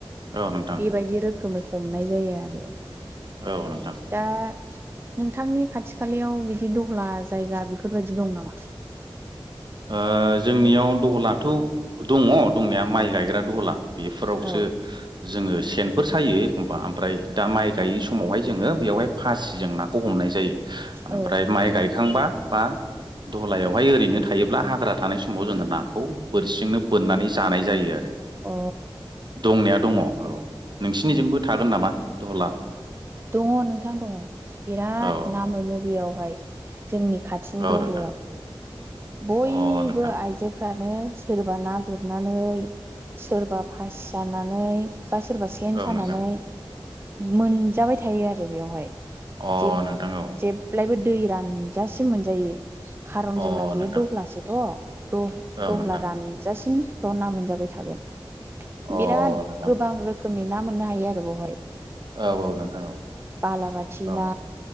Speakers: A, on the right; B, on the right.
A: औ नोंथां
B: बेबायदि रोखोमै। हमनाय जायो आरो
A: औ नोंथां
B: दा नोंथांनि खाथि खालायाव बिदि दहला जायगा बेफोरबायदि दं नामा
A: ओ जोंनियाव दहलाथ' दङ दंनाया माइ गायग्रा दहला बेफोरावसो
B: औ
A: जोङो सेनफोर सा सायो एखमबा ओमफ्राय दा माइ गायै समावहाय जोङो बेयावहाय फासिजों नाखौ हमनाय जायो ओमफ्राय
B: औ
A: माइ गायखांबा बा दहलायावहाय ओरैनो थायोब्ला हाग्रा थानाय समाव जोङो नाखौ बोरसिंनो बोननानै जानाय जायो आरो
B: औ अ
A: दंनाया दङ औ नोंसिनिजोंबो थागोन नामा दहला
B: दङ नोंथां दङ बिराद
A: औ
B: ना मोनो बेयावहाय जोंनि खाथिनि
A: औ
B: दहलायाव
A: नोंथां
B: बयबो
A: अ नोंथां
B: आइजोफ्रा नो सोरबा ना गुरनानै सोरबा फासि सानानै बा सोरबा सेन
A: औ
B: सानानै
A: नोंथां
B: मोनजाबाय थायो आरो बेवहाय
A: अ
B: जेब
A: नोंथां औ
B: जेब्लायबो दै रानजासिम मोनजायो खारन
A: औ
B: जोंना
A: अ
B: बेयो
A: नोंथां
B: दहलासोथ' द
A: औ
B: दहला
A: नोंथां
B: रानजासिमल' ना मोनजाबाय थागोन
A: अ
B: बिराद
A: नोंथां
B: गोबां रोखोमनि ना मोननो हायो आरो बेवहाय
A: औ औ नोंथां औ
B: बालाबाथि
A: औ
B: ना